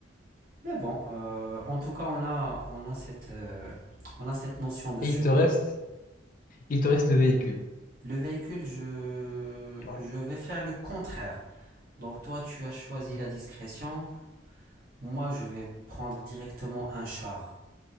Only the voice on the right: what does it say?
Mais bon, euh, en tout cas, on a, on a cette, euh, on a cette notion de
survie.
Le véhicule, je,
je vais faire le contraire. Donc toi, tu as choisi
la discrétion. Moi, je vais prendre directement un char.